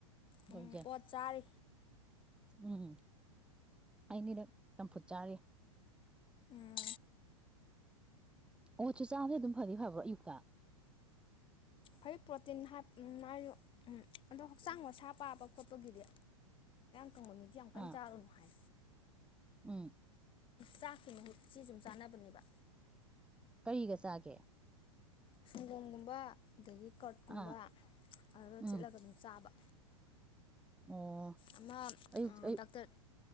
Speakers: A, in the centre; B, on the left.
A: ꯇꯧꯔꯤꯁꯦ
B: ꯎꯝ ꯑꯣꯠ ꯆꯥꯔꯤ
A: ꯎꯝ ꯑꯩꯅꯤꯗ ꯌꯥꯝꯝꯐꯨꯠ ꯆꯥꯔꯤ
B: ꯎꯝ
A: ꯑꯣ ꯆꯥꯛ ꯆꯥꯛꯗꯤ ꯑꯗꯨꯝ ꯐꯅꯤ ꯐꯕ꯭ꯔꯣ ꯑꯌꯨꯛꯇ
B: ꯍꯣꯏ ꯄ꯭ꯔꯣꯇꯤꯟ ꯍꯥꯏꯌ ꯎꯝ ꯑꯗꯣ ꯍꯛꯆꯥꯡ ꯃꯁꯥ ꯄꯥꯕ ꯈꯣꯠꯄꯒꯤꯗꯤ ꯀꯪꯕ ꯃꯤꯗꯤ ꯌꯥꯝ ꯀꯟꯅ
A: ꯑꯥ
B: ꯆꯥꯔꯨꯅꯨ ꯍꯥꯏ
A: ꯎꯝ
B: ꯆꯥꯛꯈꯤꯅ ꯁꯤ ꯁꯨꯝ ꯆꯥꯅꯕꯅꯦꯕ
A: ꯀꯔꯤꯒ ꯆꯥꯒꯦ
B: ꯁꯨꯒꯝꯒꯨꯝꯕ ꯑꯗꯒꯤ ꯀꯔꯠꯀꯨꯝꯕ
A: ꯑꯥ
B: ꯑꯗꯨ ꯊꯤꯠꯂꯒ
A: ꯎꯝ
B: ꯑꯗꯨꯝ ꯆꯥꯕ
A: ꯑꯣ
B: ꯑꯃ
A: ꯑꯌꯨꯛ ꯑꯌꯨꯛ
B: ꯗꯥꯛꯇꯔꯔ